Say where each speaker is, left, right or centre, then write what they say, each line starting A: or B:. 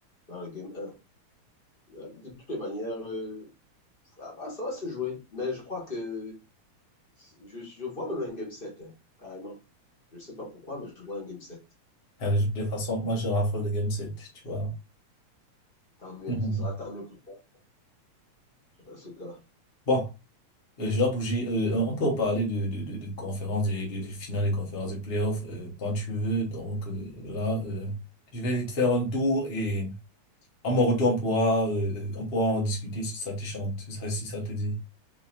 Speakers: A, on the left; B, on the left.
A: dans le game un. Euh, De toutes les manières, euh, ça, va, ça, va, se jouer. Mais je crois que je, je vois même un game sept hein, carrément. Je ne sais pas pourquoi, mais je vois un game 7.
B: Ah, de toute façon, moi, je raffole de Game 7, tu vois.
A: Tant mieux,
B: <laughs>
A: ce sera tant mieux pour toi. Asuka.
B: Bon, euh, je dois bouger. Euh, on peut parler de, de, de, de conférences, des des- des finales des conférences des playoffs, euh, quand tu veux. Donc, euh, là, euh, je vais vite faire un tour et à mon retour, on pourra, euh, euh, on pourra en discuter si ça te chante, si ça, si ça te dit.